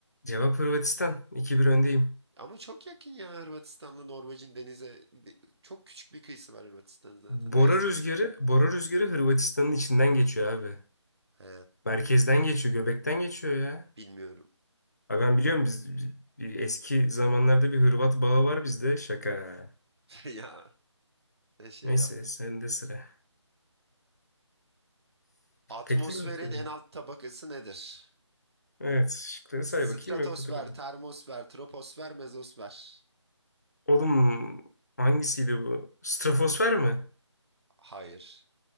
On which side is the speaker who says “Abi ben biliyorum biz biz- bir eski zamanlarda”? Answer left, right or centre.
Left